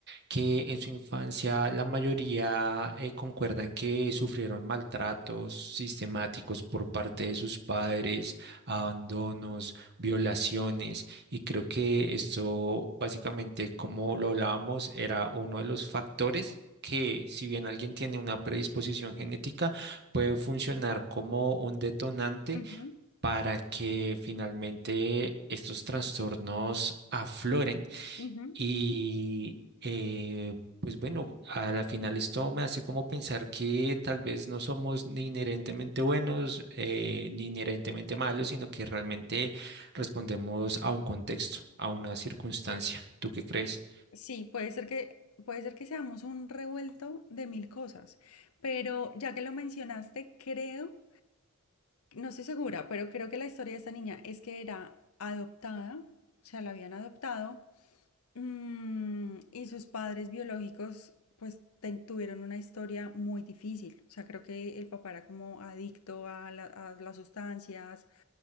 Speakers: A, on the right; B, on the left.
A: que en su infancia la mayoría eh, concuerdan que sufrieron maltratos sistemáticos por parte de sus padres, abandonos, violaciones, y creo que esto básicamente, como lo hablábamos, era uno de los factores. que si bien alguien tiene una predisposición genética, puede funcionar como un detonante
B: Ujú,
A: para que finalmente estos trastornos afloren.
B: ujú.
A: Y eh, pues bueno, a la final esto me hace como pensar que tal vez no somos ni inherentemente buenos eh, ni inherentemente malos, sino que realmente respondemos a un contexto, a una circunstancia. ¿Tú qué crees?
B: Sí, puede ser que, puede ser que seamos un revuelto de mil cosas, pero ya que lo mencionaste, creo, no estoy segura, pero creo que la historia de esta niña es que era adoptada, o sea, la habían adoptado, mm, y sus padres biológicos, pues, ten- tuvieron una historia muy difícil. O sea, creo que el papá era como adicto a, la- a las sustancias,